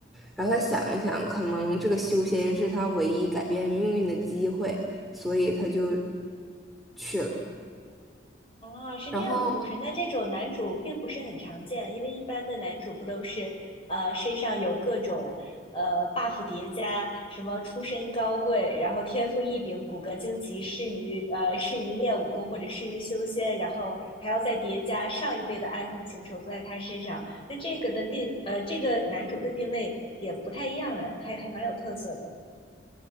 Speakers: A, in the centre; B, on the left.
A: 然后他想一想，可能这个修仙是他唯一改变命运的机会。所以他就去了。
B: 啊，是这样的故事。
A: 然后
B: 那这种男主并不是很常见，因为一般的男主不都是呃身上有各种呃 buff 叠加，什么出身高贵，然后天赋异禀，骨骼惊奇，适于呃适于练武功或者适于修仙，然后还要再叠加上一辈的爱恨情仇都在他身上。那这个的定呃这个男主的定位也不太一样哎，还还蛮有特色的。